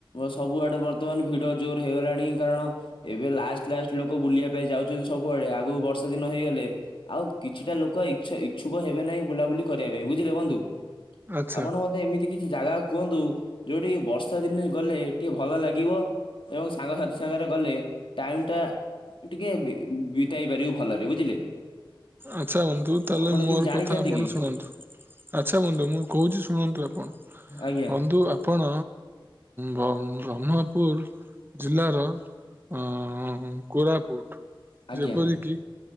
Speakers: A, on the left; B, on the right.
A: ସବୁଆ ଡ଼େ ବର୍ତ୍ତମାନ ଭିଡ ଜୋର ହେଇଗଲାଣି କାରଣ ଏବେ ଲାଷ୍ଟ ଲାଷ୍ଟ ଲୋକ ବୁଲିବା ପାଇଁ ଯାଉଚନ୍ତି ସବୁଆଡେ। ଆଗକୁ ବର୍ଷା ଦିନ ହେଇଗଲେ ଆଉ କିଛିଟା ଲୋକ ଇଛା ଇଛୁକ ହେବେ ନାହିଁ ବୁଲାବୁଲି କରିବା ପାଇଁ ବୁଝିଲେ ବନ୍ଧୁ।
B: ଆଚ୍ଛା
A: ଆପଣ ମତେ ଏମିତି କିଛି ଜାଗା କୁହନ୍ତୁ ଯୋଉଠିକି ବର୍ଷା ଦିନେ ଗଲେ ଟିକେ ଭଲ ଲାଗିବ। ଏବଂ ସାଙ୍ଗସାଥି ସାଙ୍ଗରେ ଗଲେ ଟାଇମ୍ ଟା ଟିକେ ବିତାଇ ପାରିବୁ ଭଲରେ ବୁଝିଲେ।
B: ଆଛା ବାନ୍ଧୁ ତାହେଲେ
A: ଆପଣ
B: ମୋର
A: କିଛି ଜାଣିଛନ୍ତି
B: କଥା ଆପଣ
A: କି?
B: ଶୁଣନ୍ତୁ। ଆଚ୍ଛା ବନ୍ଧୁ ମୁଁ କହୁଛି ଶୁଣନ୍ତୁ ଆପଣ।
A: ଆଜ୍ଞା।
B: ବନ୍ଧୁ ଆପଣ ବ୍ରହ୍ମପୁର ଜିଲ୍ଲାର ଅ କୋରାପୁଟ
A: ଆଜ୍ଞା
B: ଯେପରିକି